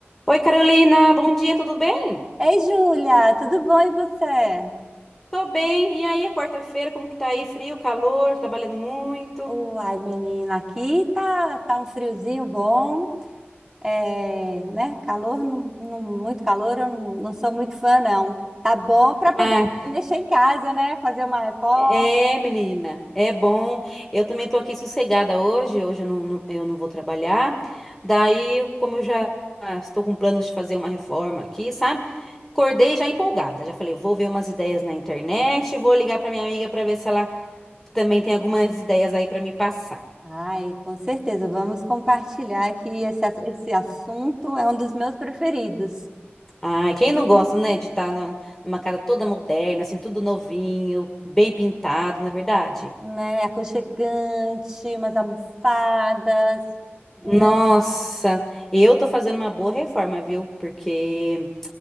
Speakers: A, in the centre; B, on the right (about 20°).
A: Oi, Carolina, bom dia, tudo bem?
B: Ei, Júlia, tudo bom e você?
A: Tô bem. E aí, é quarta-feira, como que tá aí? Frio, calor, trabalhando muito?
B: Uai, menina, aqui tá, tá um friozinho bom, é, né? Calor, não, não- muito calor, eu não, não sou muito fã, não. Tá bom para poder
A: Ah,
B: mexer em casa, né? Fazer uma reforma.
A: é, menina, é bom. Eu também tô aqui sossegada hoje, hoje eu não, não- eu não vou trabalhar. Daí, eu- como eu já estou com planos de fazer uma reforma aqui, sabe? Acordei já empolgada, já falei, vou ver umas ideias na internet, vou ligar pra minha amiga pra ver se ela também tem algumas ideias aí pra me passar.
B: Ai, com certeza, vamos compartilhar que esse, ass- esse assunto é um dos meus preferidos,
A: Ai, quem não gosta, né, de estar numa casa toda moderna, assim, tudo novinho, bem pintado, não é verdade?
B: né? é Aconchegante, umas almofadas,
A: Nossa,
B: né?
A: eu tô fazendo uma boa reforma, viu? Porque